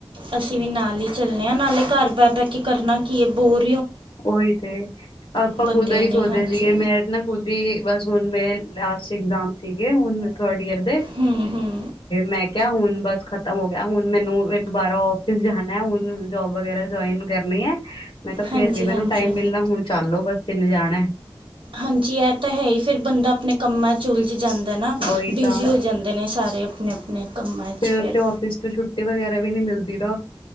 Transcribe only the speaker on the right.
ਅਸੀਂ ਵੀ ਨਾਲ ਹੀ ਚੱਲਣੇ ਆ ਨਾਲੇ ਘਰ ਬਹਿ ਬਹਿ ਕੇ ਕਰਨਾ ਕੀ ਬਹੁਤ
ਬੰਦਿਆਂ
ਨੇ
ਹਾਂਜੀ
ਹੂੰ ਹੂੰ
ਹਾਂਜੀ
ਹਾਂਜੀ
ਹਾਂਜੀ ਇਹ ਤਾਂ ਹੈ ਹੀ ਫੇਿਰ ਬੰਦਾ ਆਪਣੇ ਕੰਮਾਂ ਚ ਉਲਝ ਜਾਂਦਾ। ਨਾ
ਬਿਜ਼ੀ
ਹੋ ਜਾਂਦੇ ਨੇ ਸਾਰੇ ਆਪਣੇ- ਆਪਣੇ ਕੰਮਾਂ ਚ
ਫਿਰ।